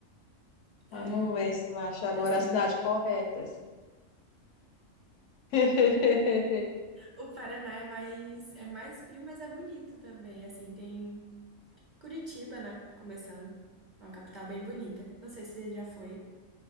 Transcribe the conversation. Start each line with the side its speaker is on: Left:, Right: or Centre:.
Left: vamos
Right: É,
Left: ver se eu acho agora
Right: assim,
Left: as cidades corretas. <laughs>
Right: o Paraná é mais é mais frio, mas é bonito também. Assim, tem Curitiba, né? Começando. É uma capital bem bonita. Não sei se você já foi.